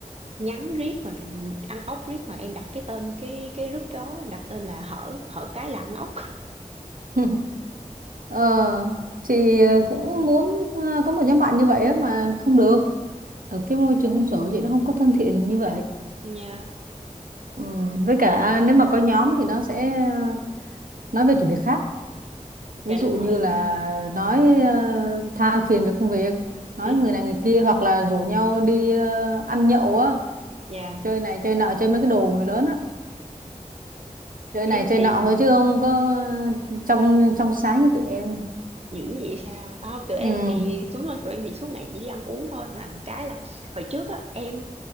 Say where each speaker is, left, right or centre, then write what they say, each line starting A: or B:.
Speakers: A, on the right; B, on the right.
A: nhắn riết mà ăn ốc riết mà em đặt cái tên cái cái group đó em đặt tên là hở hở cái là ăn ốc
B: <laughs> ờ chị cũng muốn ờ, có một nhóm bạn như vậy á mà không được ở cái môi trường công sở của chị nó không có thân thiện như vậy
A: Dạ,
B: ừ. với cả nếu mà có nhóm thì nó sẽ ờ, nói về chủ đề khác ví
A: dạ đúng
B: dụ như
A: rồi.
B: là nói ờ, than phiền về công việc nói
A: <laughs>
B: người này người kia hoặc là rủ nhau đi ờ, ăn nhậu á
A: Dạ,
B: chơi này chơi nọ chơi mấy cái đồ của người lớn á chơi
A: em
B: này chơi
A: thì
B: nọ thôi chứ không có trong trong sáng như tụi em
A: dữ vậy sao? À, tụi em
B: ừ
A: thì đúng rồi, tụi em thì suốt ngày chỉ đi ăn uống thôi mà cái là hồi trước á em